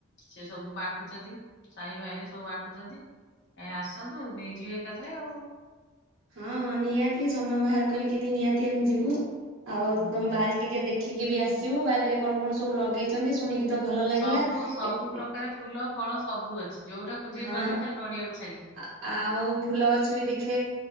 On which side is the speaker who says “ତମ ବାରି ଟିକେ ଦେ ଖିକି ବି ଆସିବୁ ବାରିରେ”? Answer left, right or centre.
Right